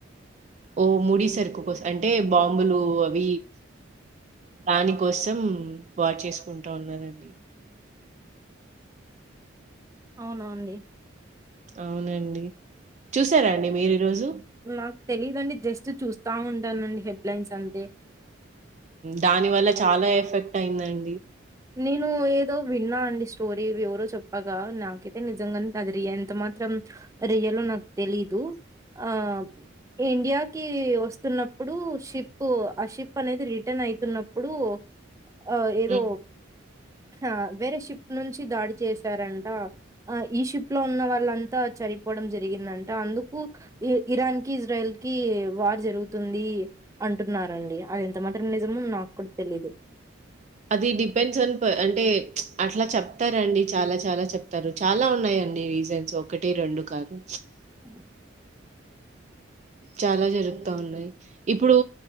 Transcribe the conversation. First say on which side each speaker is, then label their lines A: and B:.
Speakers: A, on the right (about 35°); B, on the right (about 15°).
A: ఓ ముడి సరుకు కోసం అంటే బాంబులు అవి దాని కోసం వార్ చేసుకుంటా ఉన్నారండి
B: అవున అండి
A: అవునండి చూసారా అండి మీరు ఈ రోజు
B: నాకు తెలీదండి జస్ట్ చూస్తా ఉంటానండి హెడ్లైన్స్ అంతే
A: దాని వల్ల చాలా ఎఫెక్ట్ అయిందండి
B: నేను ఏదో విన్నా అండి స్టోరీ ఇది ఎవరో చెప్పగా నాకైతే నిజంగానే అది ఎంత మాత్రం రియలో నాకు తెలీదు ఆ ఇండియాకి వస్తున్నప్పుడు షిప్ ఆ షిప్ అనేది రిటర్న్ అయితున్నప్పుడు ఆ ఏదో
A: హ్మ్.
B: ఆ వేరే షిప్ నుంచి దాడి చేశారంట ఆ ఈ షిప్ లో ఉన్న వాళ్ళంతా చనిపోవడం జరిగిందంట అందుకు ఇరాన్ కి ఇజ్రాయల్ కి వార్ జరుగుతుంది అంటున్నారండి. అది ఎంత మాత్రం నిజమో నాకు కూడా తెలీదు
A: అది డిపెండ్స్ ఆన్ ప అంటే అట్లా చెప్తారండి చాలా చాలా చెప్తారు చాలా ఉన్నాయండి రీజన్స్ ఒకటి రెండు కాదు
B: ఉ
A: చాలా జరుగుతా ఉన్నాయి ఇప్పుడు